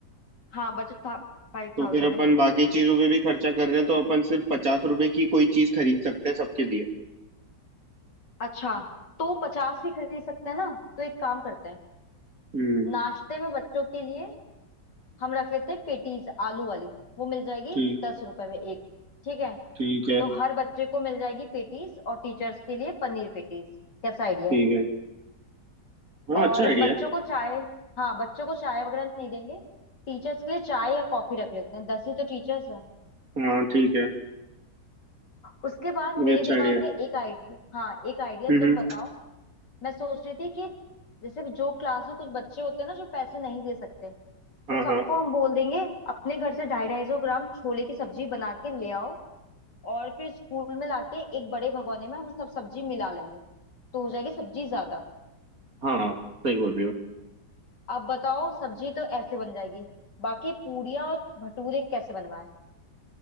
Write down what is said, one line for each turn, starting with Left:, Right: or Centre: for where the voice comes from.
Left: हाँ बजट था फाइव
Right: तो
Left: थाउजेंड
Right: फिर अपन बाकी चीजों पे भी खर्चा कर रहे हैं तो अपन सिर्फ पचास रुपए की कोई चीज खरीद सकते हैं सबके लिए
Left: अच्छा तो पचास की खरीद सकते हैं ना तो एक काम करते हैं
Right: हम्म
Left: नाश्ते में बच्चों के लिए हम रख लेते हैं पेटीज आलू वाली वो मिल जाएगी
Right: ठीक
Left: दस रुपए में एक ठीक है
Right: ठीक है
Left: तो हर बच्चे को मिल जाएगी पेटीज और टीचर्स के लिए पनीर पेटीज कैसा आइडिया
Right: ठीक
Left: है
Right: है हाँ
Left: और
Right: अच्छा आइडिया
Left: बच्चों को चाय हाँ बच्चों को चाय वगैरह नहीं देंगे टीचर्स के लिए चाय या कॉफी रख लेते हैं दस ही तो टीचर्स हैं
Right: है हाँ ठीक है
Left: उसके बाद
Right: ये
Left: मेरे
Right: अच्छा
Left: दिमाग
Right: आइडिया है
Left: में एक आइडिया हाँ एक आइडिया
Right: हम्म
Left: तुम
Right: हम्म,
Left: बताओ मैं सोच रही थी कि जैसे जो क्लास में कुछ बच्चे होते हैं ना जो पैसे नहीं दे सकते
Right: हाँ
Left: तो सबको
Right: हाँ
Left: हम बोल देंगे अपने घर से ढाई ढाई सौ ग्राम छोले की सब्जी बना के ले आओ और फिर स्कूल में लाके एक बड़े भगोने में हम सब सब्जी मिला लेंगे तो हो जाएगी सब्जी ज्यादा
Right: हाँ सही बोल रही हो
Left: अब बताओ सब्जी तो ऐसे बन जाएगी बाकी पूड़ियाँ और भटूरे कैसे बनवाए